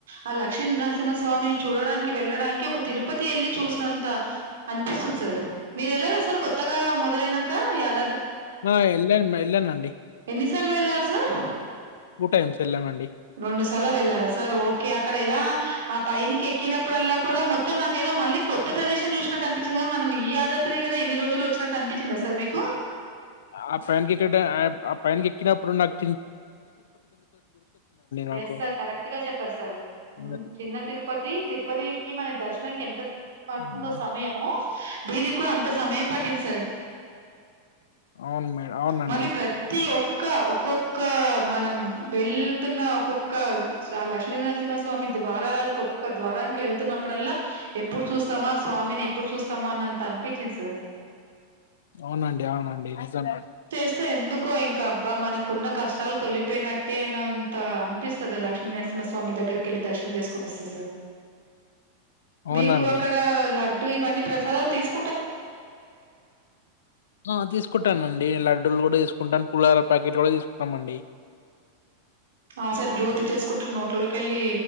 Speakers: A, on the right; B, on the left.
A: ఆ లక్ష్మీ నరసింహ స్వామిని చూడడానికి వెళ్లడానికి ఒక తిరుపతి వెళ్లి చూసినంత అనిపిస్తుంది సార్ మీరు వెళ్లరా సార్ కొత్తగా మొదలైనంక యాద్
B: ఆ ఎలను మెళ్ళానండి
A: ఎన్నిసార్లు వెళ్ళారు సార్
B: టు టైంస్ వెళ్ళమ్ అండి
A: రెండు సార్ల వెళ్ళారా సార్ ఓకే అక్కడ ఎలా ఆ పైనికి ఎక్కినప్పుడల్లా కూడా మొత్ త్తం నాకేదో మళ్ళీ కొత్త ప్రదేశం చూస్ వచ్చినట్టు అనిపించింది మనం ఈ యాదత్రే గదా ఇన్ని రోజులు వచ్చినట్టు అనిపించిందా సార్ మీకు
B: ఆ ఫ్రండ్ క్రికెట్ ఆ పైను కికె క్రినా ప్రొనాట్ నాకు
A: ఎస్ సార్ కరెక్ట్ గా చెప్పారు సార్
B: చిన్నది.
A: చిన్న తిరుపతి తిరుపతికి మనకి దర్శనానికి ఎంత పడుతుందో
B: హ్మ్.
A: సమయము దీనికి కూడా అంత సమయం పట్టింది సార్
B: అవును మేడం అవునండి
A: మళ్ళీ ప్రతి ఒక్క ఒక్కొక్క మనం వెళ్తున్న ఒక్కొక్క ఆ లక్ష్మీనరసింహ స్వామి ద్వారాలకి ఒక్కొక్క ద్వారానికి వెళ్తున్నప్పుడల్లా ఎప్పుడు చూస్తామా ఆ స్వామిని ఎప్పుడు చూస్తామా అన్నంత అనిపించింది సార్
B: అవునండి అవునండి నిజం
A: సే ఎందుకో ఇంకా అబ్బా మనకున్న కష్టాలు తొలిపేనట్టే నఅంత అనిపిస్తది ఆ లక్ష్మీ నర్సి చిన్నస్వామి దగ్గరికి వెళ్ళి దర్శనం చేసుకొని వస్తది సర్
B: అవునండి
A: మీకు అక్కడా ల ఇటు ఇవన్ని ప్రసాదాలు తీసు
B: ఆ తీసుకుంటానండి ల డ్డులు కూడా తీసుకుంటాం పులహర ప్యాకెట్ కూడ తీసుకుంటామండి
A: ఆ సార్ బ్లూత్ చెసు కుటు నోట్లలో కెళ్ళి